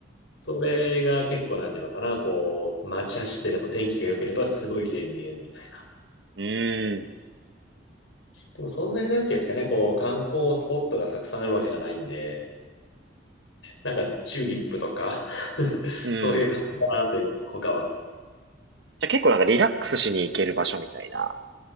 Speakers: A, on the left; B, on the right.
A: それが結構なんていうのかな、こう、街走ってでも天気が良ければすごい綺麗に見えるみたいな。
B: ええ
A: でもそんなになんていうんですかね、こう、観光スポットがたくさんあるわけじゃないんで、なんかチューリップとか <laughs>
B: うん。うん。
A: そういう感じかなという、他は。
B: じゃあ結構なんかリラックスしに行ける場所みたいな。